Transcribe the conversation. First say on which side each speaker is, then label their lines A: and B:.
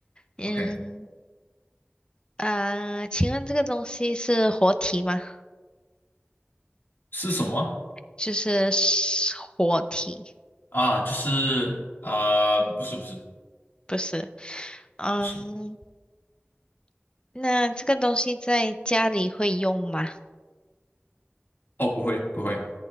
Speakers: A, on the left; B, on the left.
A: 嗯
B: ，OK，
A: 呃，请问这个东西是活体吗？
B: 是什么
A: 就是是活体，
B: 啊？啊就是啊、不是不是
A: 不是，嗯，
B: 不是，
A: 那这个东西在家里会用吗？
B: 哦，不会不会，